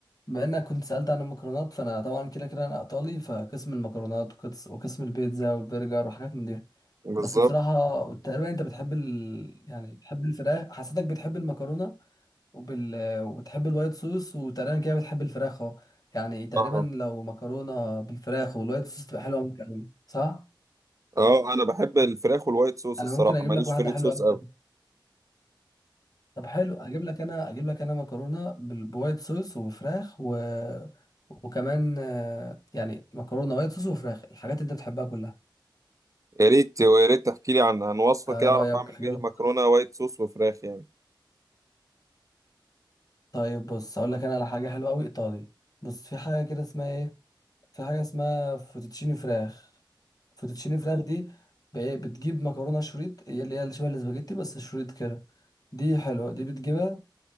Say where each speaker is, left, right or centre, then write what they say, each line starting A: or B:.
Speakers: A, on the left (about 50°); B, on the right (about 40°).
A: بما انك كنت سألت عن المكرونات فانا طبعا كده كده انا ايطالي فقسم المكرونات وقس- وقسم البيتزا والبرجر وحاجات من دي
B: بالظبط
A: بس بصراحة تقريبا انت بتحب ال... يعني بتحب الفراخ حسيتك بتحب المكرونة وبال... وبتحب الوايت صوص وتقريبا كده بتحب الفراخ اهو يعني تقريبا
B: اه
A: لو مكرونه بالفراخ والوايت صوص تبقى حلوه معاك قوي صح
B: اه انا بحب الفراخ والوايت صوص
A: انا
B: الصراحه
A: ممكن اجيب
B: ماليش
A: لك واحده
B: في الريد
A: حلوه
B: صوص
A: قوي
B: قوي
A: طب حلو اجيب لك انا اجيب لك انا مكرونه بال- بوايت صوص وفراخ و... وكمان آه، يعني مكرونه وايت صوص وفراخ الحاجات اللي انت بتحبها كلها
B: يا ريت ويا ريت تحكي لي عن عن وصفه
A: آه،
B: كده
A: ايه رايك
B: اعرف اعمل
A: اجيب
B: بيها
A: لك
B: مكرونه وايت صوص وفراخ يعني
A: طيب بص اقول لك انا على حاجه حلوه قوي ايطالي بص في حاجه كده اسمها ايه في حاجة اسمها فوتوتشيني فراخ فوتوتشيني فراخ دي ب- إيه، بتجيب مكرونة شريط هي اللي هي اللي شبه الاسباجيتي بس شريط كده دي حلوة دي بتجيبها